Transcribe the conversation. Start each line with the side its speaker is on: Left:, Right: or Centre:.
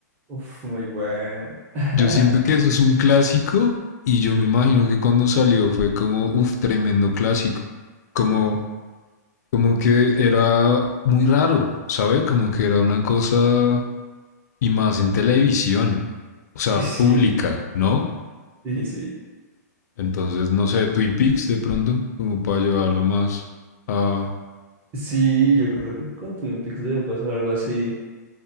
Right: Uf, muy bueno. <laughs>
Left: Yo siento que eso es un clásico y yo me imagino que cuando salió fue como, uf, tremendo clásico. Como como que era muy raro, ¿sabe? Como que era una cosa y más en televisión, o sea,
Right: Sí,
Left: pública, ¿no?
Right: sí, sí.
Left: Entonces, no sé, Twin Peaks de pronto, como para llevarlo más a...
Right: Sí, yo creo que con Twin Peaks debe pasar algo así.